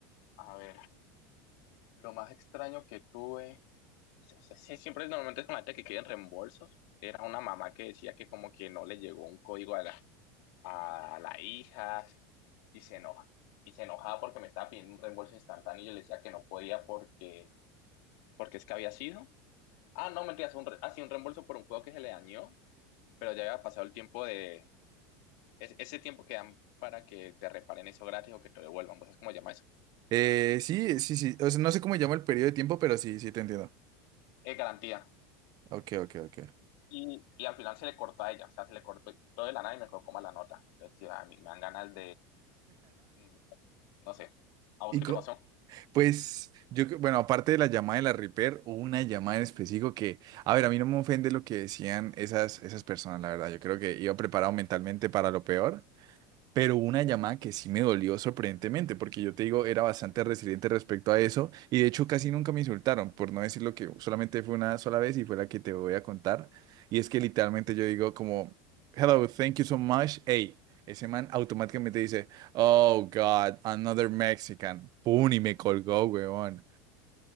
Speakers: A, on the left; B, on the right.
A: A ver, lo más extraño que tuve. Sí, sí, sí, siempre normalmente es con gente que quieren reembolsos. Era una mamá que decía que como que no le llegó un código a la, a la hija y se enoja. Y se enojaba porque me estaba pidiendo un reembolso instantáneo y yo le decía que no podía porque, porque es que había sido. Ah, no, mentiras, un, re- ah, sí, un reembolso por un juego que se le dañó, pero ya había pasado el tiempo de... es- ese tiempo que dan para que te reparen eso gratis o que te lo devuelvan. ¿Vos sabés cómo se llama eso?
B: Eh, sí, sí, sí, o sea, no sé cómo llama el periodo de tiempo, pero sí, sí te entiendo.
A: Es garantía.
B: Ok, ok, ok.
A: Y, y al final se le cortó a ella, o sea, se le cortó todo de la nada y me colocó mal la nota. Entonces, sí, a mí me dan ganas Mm, No sé. ¿A vos
B: Y
A: qué
B: co-
A: te pasó?
B: pues yo, que- bueno, aparte de la llamada de la Reaper, hubo una llamada en específico que, a ver, a mí no me ofende lo que decían esas, esas personas, la verdad, yo creo que iba preparado mentalmente para lo peor. Pero hubo una llamada que sí me dolió sorprendentemente, porque yo te digo, era bastante resiliente respecto a eso, y de hecho casi nunca me insultaron, por no decirlo que solamente fue una sola vez y fue la que te voy a contar. Y es que literalmente yo digo como, hello, thank you so much, hey, ese man automáticamente dice, oh God, another Mexican, pum, y me colgó, weón.